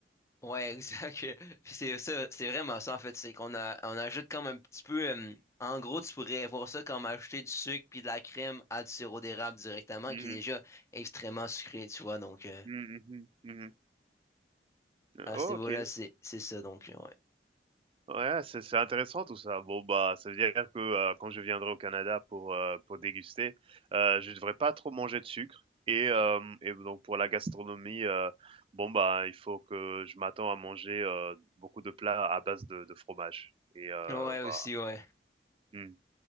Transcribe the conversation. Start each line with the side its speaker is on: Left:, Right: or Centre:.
Left: Ouais, exact. <laughs> Puis c'est ça, c'est vraiment ça en fait, c'est qu'on a, on ajoute comme un petit peu euh, en gros, tu pourrais voir ça comme ajouter du sucre puis de la crème à du sirop d'érable directement
Right: Mmh
Left: qui est déjà
Right: mh.
Left: extrêmement sucré, tu vois. Donc euh,
Right: Mmh, mmh mh. Mmh
Left: à
Right: OK.
Left: ce niveau-là, c'est c'est ça donc ouais.
Right: Ouais, c'est c'est intéressant tout ça. Bon, bah, ça veut dire que euh, quand je viendrai au Canada pour, euh, pour déguster, euh, je devrais pas trop manger de sucre. Et, euh, et donc, pour la gastronomie, euh, bon, bah, il faut que je m'attends à manger euh, beaucoup de plats à base de, de fromage. Et euh,
Left: Ouais aussi,
Right: bah,
Left: ouais.
Right: hmm.